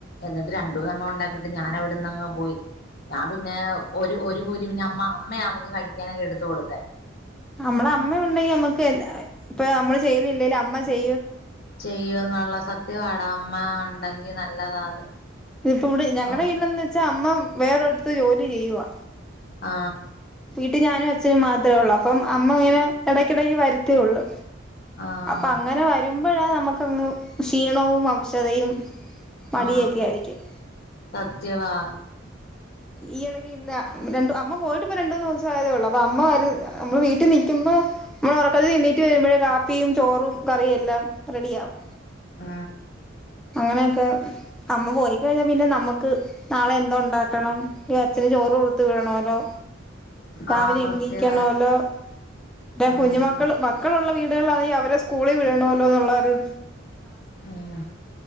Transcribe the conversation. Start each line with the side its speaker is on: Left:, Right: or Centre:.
Left: എന്നിട്ട് രണ്ടൂനെ എണ്ണം ഉണ്ടാക്കിയിട്ട് ഞാൻ അവിടന്ന്ങ്ങ് പോയി ഞാൻ പിന്നെ ഒരു ഒരു പൂരി പിന്നെ അമ്മ അമ്മ അവൾക്ക് കഴിക്കാനൊക്കെ എടുത്ത കൊടുത്തെ
Centre: നമ്മടെ അമ്മയുണ്ടെങ്കി നമ്മുക്ക് ഇപ്പ നമ്മള് ചെയ്തില്ലേലും അമ്മ ചെയ്ത്
Left: ചെയ്യൂ എന്നുള്ള സത്യ വടാമ്മ ഉണ്ടെങ്കി നല്ലതാ അത്
Centre: ഇതിപ്പോ ഇവിടെ ഞങ്ങളടെ
Left: ഓ
Centre: വീടിലെന്ന് വെച്ചാ അമ്മ വേറൊരുത്തത്ത് ജോലി ചെയ്യുവ
Left: ആ
Centre: വീടി ഞാനും അച്ഛനും മാത്രേ ഉള്ളൂ അപ്പം അമ്മ ഇങ്ങനെ ഇടയ്ക്കിടക്ക് വരുത്തയള്ളൂ
Left: ആഹ്
Centre: അപ്പൊ അങ്ങനെ വരുമ്പോഴാ നമുക്കങ്ങ് ക്ഷീണവും അവശതയും മടിയൊക്കെ
Left: ആ
Centre: ആയിരിക്കും
Left: സത്യവാ
Centre: ഈ ഇള ഇന്ന് രണ്ട അമ്മ പോയിട്ട് ഇപ്പോ രണ്ടൂന് ദിവസേ ആയതേ ഉള്ളൊ അപ്പോ അമ്മ വീട്ടിൽ നിക്കുമ്പോ നമ്മള് ഉറക്കത്തിഎണ്ണീട്ട് വരുമ്പോഴേ കപ്പിയും ചോറും കറിയും എല്ലാം റെഡിയവും
Left: ആ
Centre: അങ്ങനെയൊക്കെ അമ്മ പോയിക്കഴിഞ്ഞാൽ പിന്നെ നമ്മക്ക് നാളെ എന്തോ ഉണ്ടാക്കണം അച്ഛന് ചോറ് കൊടുത്ത വിടണല്ലോ രാവിലെ
Left: ആഹ് സത്യവാ
Centre: ഇണ്ണിക്കണല്ലോ <unintelligible>
Left: ഉം
Centre: കുഞ്ഞു മക്കൾ മക്കളുള്ള വീട് <unintelligible> അവരെ സ്കൂളിൽ വിടണല്ലോ എന്നുള്ളൊരു
Left: ഉം